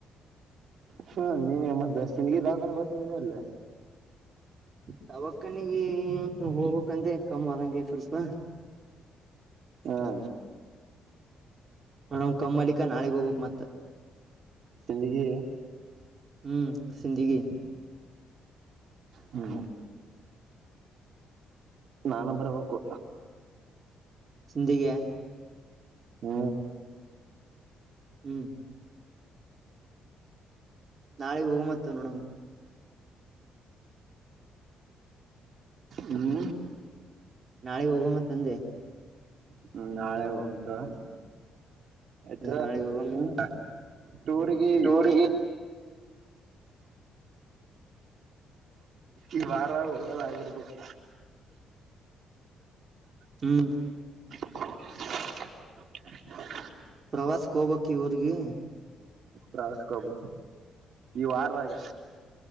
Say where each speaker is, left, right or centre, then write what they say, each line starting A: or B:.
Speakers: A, on the right; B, on the right.
A: ಹೂ ನೀವ ಮತ್ತ ತಿಿನಗಿ ದಾಕೊಂಡ ಗೊತ್ತಿನ ಅಲ್ಲ
B: ತವಕ್ಕನಿಗೆ ಹೋಗಕ್ಂತ ಕಮ್ಮ್ ಆದಂಗೆ ಸ್ವಲ್ಪ
A: ಹಾ
B: ಹೂ ಕಮ್ಮಲ್ಲಿಿಕಾ ನಾಳೆಗ್ ಹೋಗ್ಬೇಕು ಮತ್ತ
A: ಜಿಂದಗಿ
B: ಹೂ ಸಿಂಧಗಿ
A: ಹೂ ನಾನು ಬರ್ಬೇಕು
B: ಸಿಂಧಿಗೆ
A: ಹೂ
B: ಹೂ ನಾಳೆ ಹೋಗಂ ಮತ್ತೆ ನೋಡಂ
A: ಹೂ
B: ನಾಳೆೆಗೆ ಹೋಗೋಮ್ಮತ್ ತಂದೆ
A: ಹೂ ನಾಳೆ ಹೋಗಂ ತಗೋ ಯಾಕ
B: ಅದೇ ನಾಳಗ್ ಹೋಗಮ್ಮ
A: ಟೂರ್ ಗೆ
B: ಟೂರ್ಗಿ
A: ಈ ವಾರ ಇವಾಗ ಆಗಿರಬೇಕು
B: ಹೂ
A: ಹೂ
B: ಪ್ರವಾಸಕ್ಕೆ ಹೋಗಬಕ್ ಇ ಊರ್ಗಿ
A: ಪ್ರವಾಸಕ್ಕೆ ಹೋಗಬೇಕು ಈ ವಾರದಾಗ